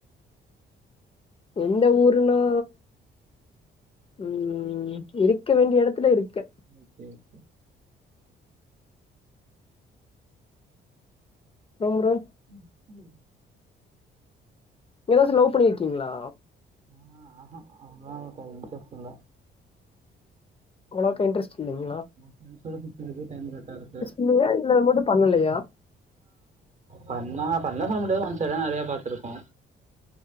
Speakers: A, on the left; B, on the right.
A: எந்த ஊருன்னா ம் இருக்க வேண்டிய எடத்துல இருக்க
B: ஓகே ஓகே
A: அப்றம் ப்ரோ
B: ம் சொல்லுங்க
A: ஏதாச்சி லவ் பண்ணி இருக்கீங்ளா
B: அ ஆ ஹா அதெல்லா எனக்கு இன்ட்ரஸ்ட் இல்ல
A: அவ்ளாக்கா இன்ட்ரஸ்ட் இல்லைங்ளா
B: ஃப்ரண்ட்ஸ் கூட சுத்துறதுக்கே டைம் கரெக்டா இருக்கு
A: இல்லையா இல்ல அது மட்டு பண்ணலையா
B: பண்லாங்க பண்ணலன்னு சொல்ல முடியாது ஒன் சைடா நறைய பாத்திருக்கோ